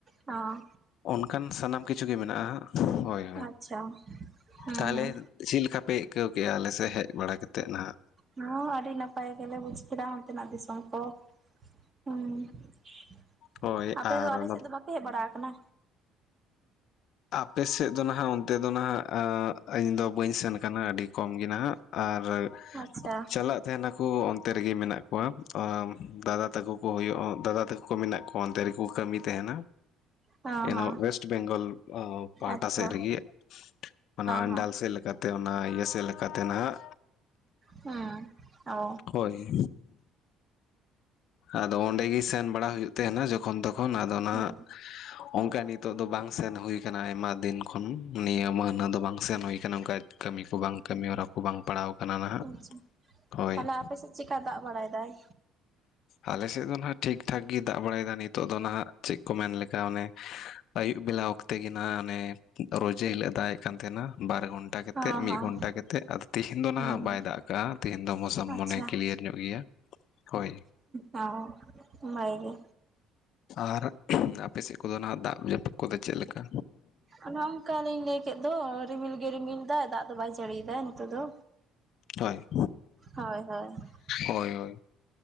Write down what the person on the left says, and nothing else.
ᱚᱱᱠᱟᱱ ᱥᱟᱱᱟᱢ ᱠᱤᱪᱷᱩ ᱜᱮ ᱢᱮᱱᱟᱜᱼᱟ ᱦᱳᱭ,
ᱛᱟᱦᱚᱞᱮ
ᱪᱮᱫ ᱞᱮᱠᱟ ᱯᱮ ᱟᱹᱭᱠᱟᱹᱣ ᱠᱮᱜᱼᱟ ᱟᱞᱮ ᱥᱮᱫ ᱦᱮᱡ ᱵᱟᱲᱟ ᱠᱟ ᱠᱟᱛᱮᱮᱫ ᱱᱟᱦᱱᱟᱜ
ᱦᱳᱭ
ᱟᱨ
ᱱᱚᱛᱮ
ᱟᱯᱮ ᱥᱮᱫ ᱫᱚ ᱱᱟᱦᱟᱜ ᱚᱱᱛᱮ ᱫᱚ ᱱᱟᱦᱟᱜ ᱤᱧ ᱫᱚ ᱵᱟᱹᱧ ᱥᱮᱱ ᱠᱟᱱᱟ ᱟᱹᱰᱤ ᱠᱚᱢ ᱜᱮ ᱱᱟᱦᱟᱜ ᱟᱨ
ᱪᱟᱞᱟᱜᱼᱼ ᱛᱟᱦᱮᱱᱟ ᱠᱚ ᱚᱱᱛᱮ ᱨᱮᱜᱮ ᱢᱮᱱᱟᱜ ᱠᱚᱣᱟ ᱫᱟᱫᱟ ᱛᱟᱠᱚ ᱠᱚ ᱦᱩᱭᱩᱜᱼᱟ ᱫᱟᱫᱟ ᱛᱟᱠᱚ ᱠᱚ ᱢᱮᱱᱟᱜ ᱠᱚᱣᱟ ᱚᱱᱛᱮ ᱨᱮᱠᱚ ᱠᱟᱹᱢᱤ ᱛᱟᱦᱮᱱᱟ
ᱮᱱ
ᱚᱳᱭᱮᱥᱴ ᱵᱮᱝᱜᱚᱞ ᱯᱟᱦᱴᱟ
ᱥᱮᱫ
ᱨᱮᱜᱤ ᱚᱱᱟ ᱟᱱᱰᱟᱞ
ᱥᱮᱫ ᱞᱮᱠᱟᱛ ᱛᱮ ᱚᱱᱟ ᱤᱭᱟᱹ ᱥᱮᱫ ᱞᱮᱠᱟᱛᱮ ᱱᱟᱦᱟᱜ
ᱦᱳᱭ ᱟᱫᱚ ᱚᱸᱰᱮ ᱜᱮ ᱥᱮᱱ ᱵᱟᱲᱟ ᱦᱩᱭᱩᱜ ᱛᱟᱦᱮᱱᱟ ᱡᱚᱠᱷᱚᱱ ᱛᱚᱠᱷᱚᱱ ᱟᱫᱚ ᱱᱟᱜᱼᱼ
ᱚᱱᱠᱟ ᱱᱤᱛᱳᱜ ᱫᱚ ᱵᱟᱝ ᱥᱮᱱ ᱦᱩᱭ ᱠᱟᱱᱟ ᱟᱭᱢᱟ ᱫᱤᱱ ᱛᱚᱠᱷᱚᱱ ᱱᱤᱭᱟᱹ ᱢᱟᱹᱦᱱᱟᱹ ᱫᱚ ᱵᱟᱝ ᱥᱮᱱ ᱦᱩᱭ ᱠᱟᱱᱟ ᱚᱱᱠᱟ ᱠᱟᱹᱢᱤ ᱠᱚ ᱵᱟᱝ ᱠᱟᱹᱢᱤ ᱦᱚᱨᱟ ᱠᱚ ᱵᱟᱝ ᱯᱟᱲᱟᱣ ᱠᱟᱱᱟ ᱱᱟᱦᱟᱜ
ᱦᱳᱭ,
ᱟᱞᱮ ᱥᱮᱫ ᱫᱚ ᱦᱟᱸᱜ ᱴᱷᱤᱠ ᱴᱷᱟᱠ ᱜᱮ ᱫᱟᱜ ᱵᱟᱲᱟᱭ ᱮᱫᱟ ᱱᱤᱛᱚᱜ ᱫᱚ ᱦᱟᱸᱜ ᱪᱮᱫ ᱠᱚ ᱢᱮᱱ ᱞᱮᱠᱟ ᱚᱱᱮ ᱟᱭᱭᱩᱵ ᱵᱮᱞᱟ ᱚᱠᱛᱮ ᱜᱮ ᱱᱟ-ᱜ ᱚᱱᱮ ᱨᱚᱡᱮᱹ ᱦᱤᱞᱳᱜ ᱮ ᱫᱟᱜ ᱮᱫ ᱠᱟᱱ ᱛᱟᱦᱮᱱᱟ ᱵᱟᱨ ᱟ ᱜᱷᱚᱱᱴᱟ ᱠᱟᱛᱮᱫ
ᱢᱤᱫ
ᱜᱷᱚᱱᱴᱟ ᱠᱟᱛᱮᱫ ᱟᱫᱚ ᱛᱤᱦᱤᱧ ᱫᱚ
ᱱᱟᱦᱟᱜ
ᱵᱟᱭ ᱫᱟᱜ ᱠᱟᱜᱼᱟ ᱛᱤᱦᱤᱧ ᱫᱚ ᱢᱳᱥᱟᱢ
ᱢᱚᱱᱮ ᱠᱤᱞᱤᱭᱟᱨ ᱧᱚᱜ ᱜᱮᱭᱟ᱾ ᱦᱳᱭ
ᱟᱨ ᱟᱯᱮ ᱥᱮᱫ ᱠᱚᱫᱚ ᱱᱚᱣᱟ ᱫᱟᱜ ᱡᱟᱹᱯᱩᱫ ᱠᱚᱫᱚ ᱪᱮᱫ ᱞᱮᱠᱟ
ᱦᱳᱭ
ᱦᱳᱭ ᱦᱳᱭ,